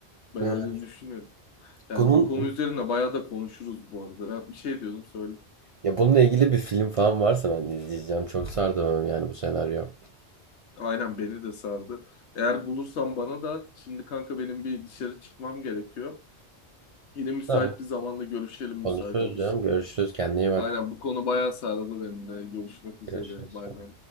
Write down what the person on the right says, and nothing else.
Evet.
Bunun
ya bununla ilgili bir film falan varsa ben izleyeceğim. Çok sardı bana yani bu senaryo.
Tamam.
Konuşuruz
canım. Görüşürüz. Kendine iyi bak.
Görüşürüz.